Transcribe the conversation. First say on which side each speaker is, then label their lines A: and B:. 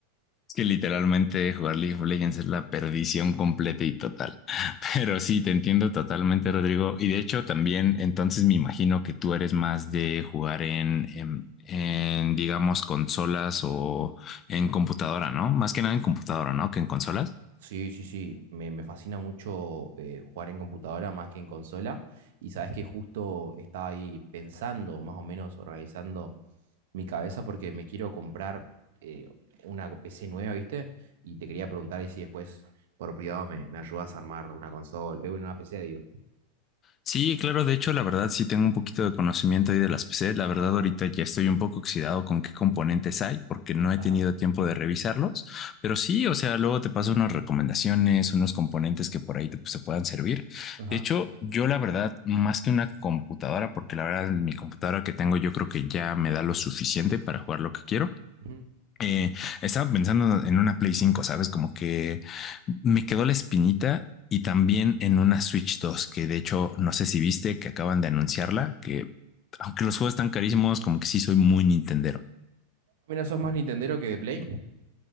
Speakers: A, on the left; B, on the right.
A: Es que literalmente jugar League of Legends es la perdición completa y total. <laughs> Pero sí, te entiendo totalmente, Rodrigo. Y de hecho, también entonces me imagino que tú eres más de jugar en, en, en, digamos, consolas o en computadora, ¿no? Más que nada en computadora, ¿no? Que en consolas.
B: Sí, sí, sí, me, me fascina mucho eh, jugar en computadora más que en consola y sabes que justo estaba ahí pensando, más o menos organizando mi cabeza porque me quiero comprar eh, una PC nueva, ¿viste? Y te quería preguntar ahí si después por privado me, me ayudas a armar una consola, eh, una PC, digo.
A: Sí, claro, de hecho, la verdad sí tengo un poquito de conocimiento ahí de las PC. La verdad,
B: Ajá,
A: ahorita ya estoy un poco oxidado con qué componentes hay, porque no he
B: ajá,
A: tenido tiempo de revisarlos. Pero sí, o sea, luego te paso unas recomendaciones, unos componentes que por ahí te, pues, te puedan servir.
B: ajá.
A: De hecho, yo la verdad, más que una computadora, porque la verdad, mi computadora que tengo, yo creo que ya me da lo suficiente para jugar lo que quiero.
B: ujú.
A: Eh, estaba pensando en una Play cinco ¿sabes? Como que me quedó la espinita y también en una Switch dos que de hecho no sé si viste que acaban de anunciarla, que aunque los juegos están carísimos, como que sí soy muy nintendero.
B: Mira, sos más Nintendero que de Play.